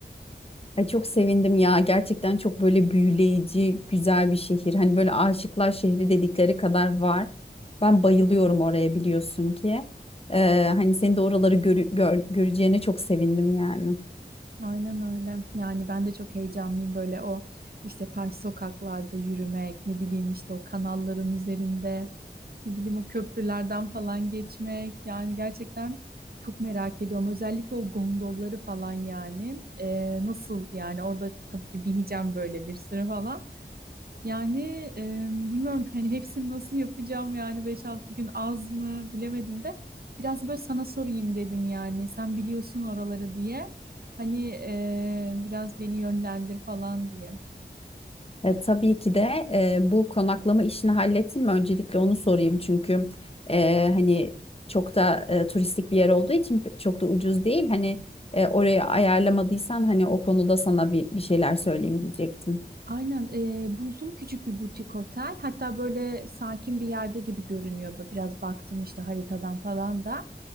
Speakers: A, on the left; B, on the right.
A: Ay çok sevindim ya. Gerçekten çok böyle büyüleyici, güzel bir şehir. Hani böyle aşıklar şehri dedikleri kadar var. Ben bayılıyorum oraya biliyorsun ki. Ee, hani seni de oraları görü- gör- göreceğine çok sevindim yani.
B: Aynen öyle. Yani ben de çok heyecanlıyım böyle o işte taş sokaklarda yürümek, ne bileyim işte o kanalların üzerinde, ne bileyim o köprülerden falan geçmek. Yani gerçekten çok merak ediyorum. Özellikle o gondolları falan yani. Ee, nasıl yani orada tabii ki bineceğim böyle bir sürü falan. Yani e, bilmiyorum hani hepsini nasıl yapacağım yani beş altı gün az mı bilemedim de biraz da böyle sana sorayım dedim yani sen biliyorsun oraları diye hani e, biraz beni yönlendir falan diye.
A: E, tabii ki de e, bu konaklama işini hallettin mi? Öncelikle onu sorayım çünkü e, hani çok da e, turistik bir yer olduğu için pe- çok da ucuz değil. Hani e, orayı ayarlamadıysan hani o konuda sana bir, bir şeyler söyleyeyim diyecektim.
B: Aynen e, buldum küçük bir butik otel. Hatta böyle sakin bir yerde gibi görünüyor. Böyle Biraz baktım işte haritadan falan da.